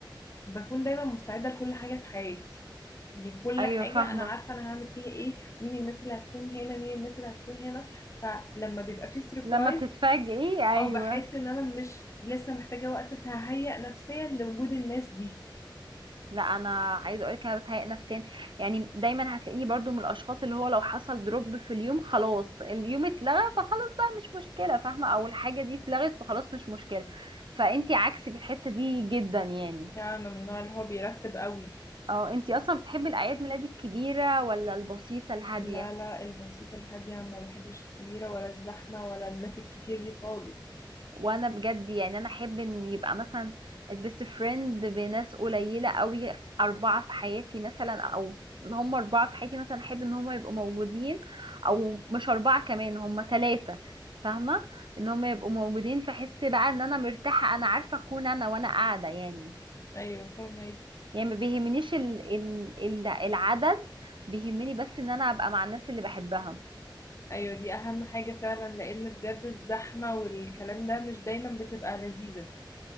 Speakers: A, on the left (about 35°); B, on the right (about 75°).
A: بكون دايما مستعدة لكل حاجة في حياتي يعني كل
B: ايوه
A: حاجة
B: فاهمة
A: انا عارفة انا هعمل فيها ايه مين الناس اللي هتكون هنا مين الناس اللي هتكون هنا فلما بيبقى في سربرايز
B: لما بتتفاجئي ايوه
A: اه بحس ان انا مش لسه محتاجة وقت تهيأ نفسيا لوجود الناس دي
B: لا انا عايزه اقولك انا بتهيأ نفسيا يعني دايما هتلاقيني برضو من الاشخاص اللي هو لو حصل دروب في اليوم خلاص اليوم اتلغى فخلاص بقى مش مشكله فاهمه او الحاجه دي اتلغت فخلاص مش مشكله فانتي عكسي في الحته دي جدا يعني
A: يعني انا من النوع اللي هو بيرتب قوي
B: اه انتي اصلا بتحبي الاعياد ميلاد الكبيره ولا البسيطه الهاديه
A: لا لا البسيطة الهادية ما بحبش الكبيرة ولا الزحمة ولا الناس الكتير دي خالص
B: وانا بجد يعني انا احب ان يبقى مثلا البيست فريند بناس قليله قوي اربعه في حياتي مثلا او هم اربعه في حياتي مثلا احب ان هم يبقوا موجودين او مش اربعه كمان هم ثلاثه فاهمه ان هم يبقوا موجودين فاحس بقى ان انا مرتاحه انا عارفه اكون انا وانا قاعده يعني
A: أيوة فاهمك
B: يعني ما بيهمنيش ال ال ال- العدد بيهمني بس ان انا ابقى مع الناس اللي بحبها
A: أيوة دي أهم حاجة فعلا لأن بجد الزحمة والكلام ده مش دايما بتبقى لذيذة